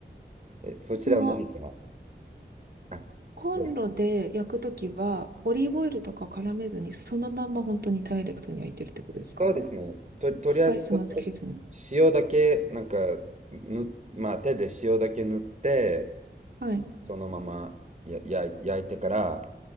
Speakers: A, on the right; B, on the right.
A: え、そちらは何か、
B: その、
A: あ、
B: コンロで焼くときは、
A: どうぞ
B: オリーブオイルとか絡めずに、そのまんま本当にダイレクトに焼いてるってことですか
A: そうですね。と、とりあえずちょっと
B: スパイスもつけずに。
A: し塩だけ、なんか、ぬ、まあ手で塩だけ塗って、
B: はい。
A: そのままやや焼いてから